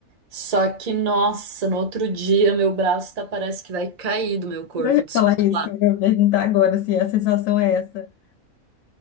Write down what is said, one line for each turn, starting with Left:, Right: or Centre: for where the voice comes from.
Right: Só que, nossa, no outro dia meu braço tá, parece que vai cair do meu corpo
Left: Eu ia
Right: descolar.
Left: falar isso, eu ia perguntar agora se a sensação é essa.